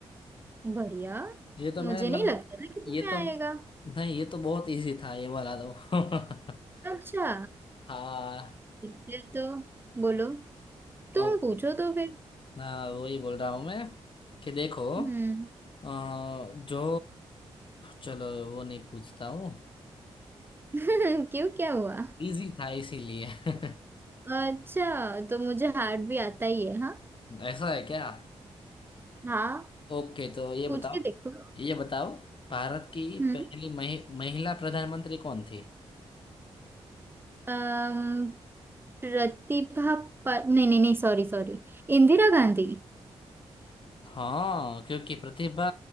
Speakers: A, on the right (about 15°); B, on the left (about 45°).
A: बढ़िया
B: ये तो
A: मुझे
B: मैंने
A: नहीं
B: लग
A: लगता था कि तुम्हें
B: ये तो
A: आएगा
B: नहीं ये तो बहुत इजी था ये वाला तो <laughs>
A: अच्छा
B: हाँ
A: फिर तो बोलो तुम
B: ओके
A: पूछो तो फिर
B: हाँ वही बोल रहा हूँ मैं कि देखो
A: हम्म
B: अ, जो चलो वो नहीं पूछता हूँ
A: <laughs> क्यों क्या हुआ
B: इजी था इसीलिए <laughs>
A: अच्छा तो मुझे हार्ट भी आता ही है हाँ
B: ऐसा है क्या
A: हाँ
B: ओके तो ये
A: पूछ
B: बताओ
A: के देखो
B: ये बताओ भारत की
A: हम्म
B: पहली महि, महिला प्रधानमंत्री कौन थी
A: अम, प्रतिभा पर नहीं नहीं नहीं सॉरी सॉरी इंदिरा गांधी
B: हाँ क्योंकि प्रतिभा